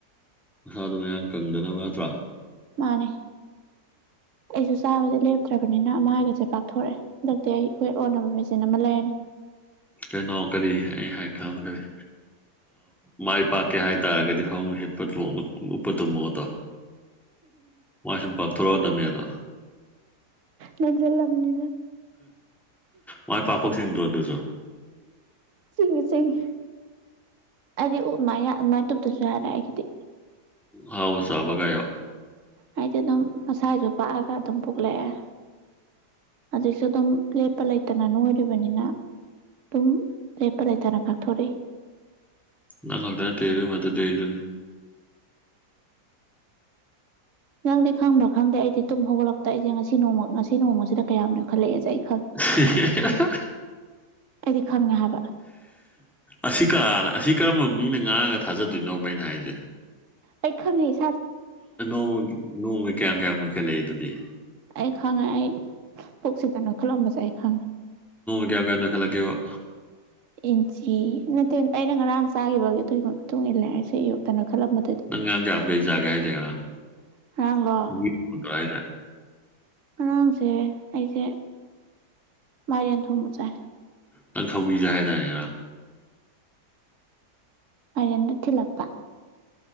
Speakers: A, in the centre; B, on the right.
A: ꯃꯁꯥꯗꯣ ꯃꯌꯥꯝ ꯀꯪꯗꯅꯕ ꯅꯠꯇ꯭ꯔꯥ
B: ꯃꯥꯅꯦ ꯑꯩꯁꯨ ꯆꯥꯕꯗꯤ ꯂꯦꯞꯇ꯭ꯔꯕꯅꯤꯅ ꯑꯃꯒꯁꯦ ꯄꯥꯛꯊꯣꯔꯛꯑꯦ ꯍꯟꯗꯛꯇꯤ ꯑꯩ ꯋꯦꯠ ꯑꯣꯟꯅꯕ ꯃꯦꯆꯤꯟ ꯑꯃ ꯂꯩꯔꯅꯤ
A: ꯀꯩꯅꯣ ꯀꯔꯤ ꯑꯩ ꯍꯥꯏ ꯈꯥꯟꯗꯣ ꯀꯔꯤ ꯃꯥꯏ ꯄꯥꯛꯀꯦ ꯍꯥꯏꯇꯥꯔꯒꯗꯤ ꯐ ꯍꯤꯞꯄ ꯎꯞꯄ ꯇꯨꯝꯃꯣꯗꯣ ꯃꯥꯏ ꯁꯨꯝ ꯄꯥꯛꯊꯣꯔꯛꯑꯗꯕꯅꯦꯗ
B: ꯅꯟꯖꯜꯂꯕꯅꯤꯅ
A: ꯃꯥꯏ ꯄꯥꯛꯐꯣꯛ ꯆꯤꯡꯗ꯭ꯔꯣ ꯑꯗꯨꯁꯨ
B: ꯆꯤꯡꯉꯤ ꯆꯤꯡꯉꯤ ꯑꯩꯗꯤ ꯎ ꯃꯥꯏ ꯇꯨꯞꯞꯇꯁꯨ ꯌꯥꯔꯦ ꯑꯩꯒꯤꯗꯤ
A: ꯍꯥꯎ ꯁꯥꯕꯒꯣ
B: ꯑꯩꯗꯤ ꯑꯗꯨꯝ ꯃꯁꯥꯁꯨ ꯄꯥꯛꯑꯒ ꯑꯗꯨꯝ ꯄꯣꯛꯂꯛꯑꯦ ꯑꯗꯨꯛꯁꯨ ꯑꯗꯨꯝ ꯂꯦꯞꯄ ꯂꯩꯇꯅ ꯅꯣꯏꯔꯤꯕꯅꯤꯅ ꯑꯗꯨꯝ ꯂꯦꯞꯄ ꯂꯩꯇꯅ ꯄꯥꯛꯊꯣꯔꯛꯏ
A: ꯅ ꯈꯛꯗꯔ ꯃꯗꯨꯗꯖꯨꯅꯤ
B: ꯅꯪꯗꯤ ꯈꯪꯕ꯭ꯔꯥ ꯈꯪꯗꯦ ꯑꯩꯗꯤ ꯇꯨꯝ ꯍꯧꯒꯠꯂꯛꯄꯗ ꯑꯩꯁꯦ ꯉꯁꯤ ꯅꯣꯡ ꯉꯁꯤ ꯅꯣꯡꯃꯁꯤꯗ ꯀꯌꯥꯝꯣꯜꯂꯛꯑꯦꯩꯅ
A: ꯍ
B: ꯑꯩꯗꯤ ꯈꯪꯉꯦ ꯍꯥꯏꯕ
A: ꯑꯁꯤ ꯀꯅꯥꯥꯅ ꯑꯁꯤ ꯀꯔꯝꯕ ꯃꯤꯅ ꯉꯥꯡꯉꯒ ꯊꯥꯖꯗꯣꯏꯅꯣꯕꯩꯅ ꯍꯥꯏꯁꯦ
B: ꯑꯩ ꯈꯪꯉꯁꯤ
A: ꯣꯡ ꯅꯣꯡ ꯀꯌꯥꯝ ꯀꯌꯥꯝ ꯍꯥꯏꯥꯏꯈꯠꯂꯛꯑꯦ ꯑꯗꯨꯗꯤ
B: ꯑꯩ ꯈꯪꯉꯦ ꯑꯩ ꯄꯨꯛꯁꯤꯗ ꯅꯈꯠꯂꯝꯕꯁꯦ ꯑꯩ ꯈꯪꯉꯦ
A: ꯀꯌꯥ ꯀꯌꯥ ꯅ ꯈꯂꯒꯦ ꯋꯥ
B: ꯏꯟꯆꯤ ꯅꯠꯇꯦ ꯑꯩꯅ ꯉꯔꯥꯡ ꯆꯥꯈꯤꯕꯒꯤ ꯑꯗꯨꯒꯤ ꯃꯇꯨꯡ ꯏꯟꯅ ꯂꯥꯏꯔꯤꯛꯁꯦ ꯑꯌꯨꯛꯇꯅ ꯈꯜꯂꯝꯕꯗꯗꯤ
A: ꯅꯪ ꯉꯔꯥꯡ ꯀꯌꯥꯝ ꯀꯩ ꯆꯥꯒꯦ ꯍꯥꯏꯁꯦ ꯉꯔꯥꯡ
B: ꯉꯔꯥꯡꯗꯣ ꯑ
A: ꯁꯧꯒ꯭ꯔꯤ ꯊꯣꯡꯗ꯭ꯔꯣ ꯍꯥꯏꯁꯦ
B: ꯉꯔꯥꯡꯁꯦ ꯑꯩꯁꯦ ꯃꯥꯏꯔꯦꯟ ꯊꯣꯡꯕ ꯆꯥꯏ
A: ꯅꯪ ꯁꯧꯒꯔ꯭ꯤꯆꯥꯏ ꯍꯥꯏꯇꯥꯔꯦꯅꯦ ꯉꯔꯥꯡ
B: ꯑꯔꯦꯟꯗꯨ ꯊꯤꯂꯄ